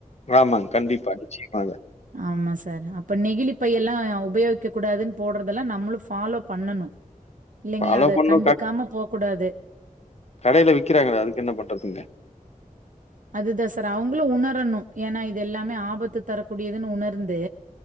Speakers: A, on the left (about 50°); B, on the right (about 65°).
A: ஆமாங்க கண்டிப்பா நிச்சயமாக
B: ஆமா சார் அப்ப நெகிளிப்பையெல்லா உபயோகிக்க கூடாதுன் போடுறதெல்லா நம்மளு ஃபாலோ பண்ணணு இல்லைங்களா
A: ஃபாலோ
B: அத
A: பண்ணு
B: கண்டுக்காம போகூடாது
A: கடேல விக்கிறாங்களே அதுக்கு என்ன பண்றதுங்க
B: அதுதா சார் அவுங்களு உணரணு ஏனா இது எல்லாமே ஆபத்து தரக்கூடியதுன்னு உணர்ந்து